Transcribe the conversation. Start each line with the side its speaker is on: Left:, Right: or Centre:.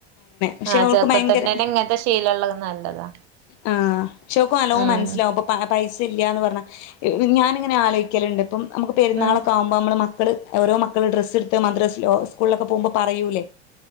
Left: പക്ഷെ
Right: ആ
Left: ഓൾക്ക്
Right: ചെറുപ്പതത്തിലന്നെ
Left: ഭയങ്കര
Right: ഇങ്ങനെ ശീലള്ളത് നല്ലതാ.
Left: ആഹ് പക്ഷെ ഓക്ക് നല്ലോ
Right: ഉം
Left: മനസ്സിലാവും ഇപ്പൊ പൈസ ഇല്ല്യാന്ന് പറഞ്ഞ ഞാൻ ഇങ്ങനെ ആലോയിക്കല്ണ്ട് ഇപ്പം നമുക്ക് പെരുന്നാളൊക്കെ
Right: ഉം
Left: ആവുമ്പോ നമ്മുടെ മക്ക്‌ മക്കള് ഓരോ മക്കള് ഡ്രസ്സ്ട്ത്ത് മദ്റസ് ലോ സ്കൂളിലോ പോവുമ്പോ പറയൂലേ